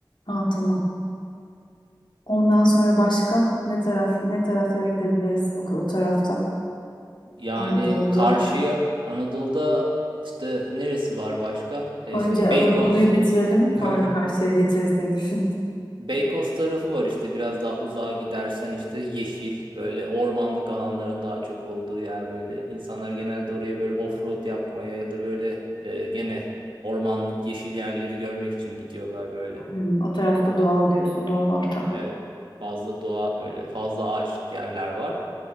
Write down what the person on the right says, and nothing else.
Yani
karşıya Anadolu'da işte neresi var başka? E
işte Beykoz
<laughs>
Beykoz tarafı var işte biraz daha uzağa gidersen işte yeşil böyle ormanlık alanların daha çok olduğu yer böyle. İnsanlar genelde oraya böyle offroad yapmaya ya da böyle e, gene ormanlık yeşil yerleri görmek için gidiyorlar böyle.
E,
evet fazla doğa böyle fazla ağaçlık yerler var.